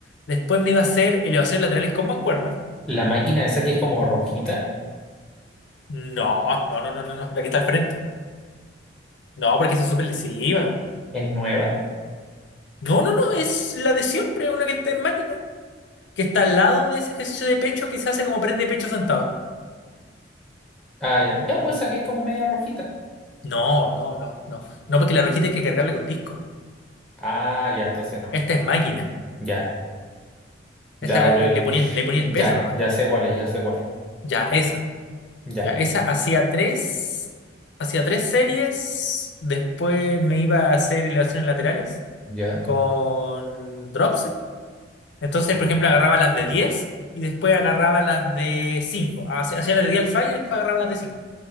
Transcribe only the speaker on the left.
Después me iba a hacer elevaciones laterales con mancuernas.
No, no, no, no, no, no, la que está al frente. No, porque esa es súper lesiva.
No, no, no, es la de siempre, una que está en máquina, que está al lado de ese ejercicio de pecho que se hace como press de pecho sentado.
No, no, no, no. No, porque la rojita hay que cargarla con disco.
Esta es máquina.
Esta la-
le le ponía, el- le ponía
el peso nomás.
Ya, esa.
Ya, esa hacía tres, hacía tres series. Después me iba a hacer elevaciones laterales
con dropset. Entonces, por ejemplo, agarraba las de 10 y después agarraba las de cinco Hacía hacía las de diez al fallo y después agarraba las de cinco